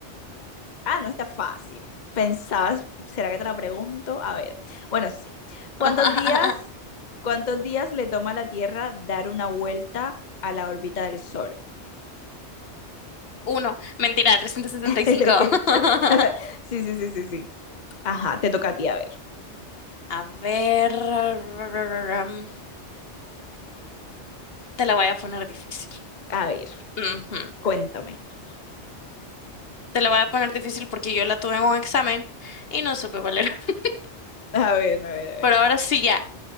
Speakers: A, on the left; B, on the left.
A: Ah, no está fácil. Pensabas, ¿será que te la pregunto? A ver. Bueno, sí. ¿Cuántos
B: <laughs>
A: días, cuántos días le toma a la Tierra dar una vuelta a la órbita del Sol?
B: Uno, mentira, trescientos setenta
A: <laughs>
B: y cinco. <laughs>
A: Sí, sí, sí, sí, sí. Ajá, te toca a ti, a ver.
B: A ver, mm, te la voy a poner difícil.
A: A ver,
B: Ujú.
A: cuéntame.
B: Te la voy a poner difícil porque yo la tuve en un examen y no supe cuál era. <laughs>
A: A ver, a ver, a ver.
B: Pero ahora sí ya,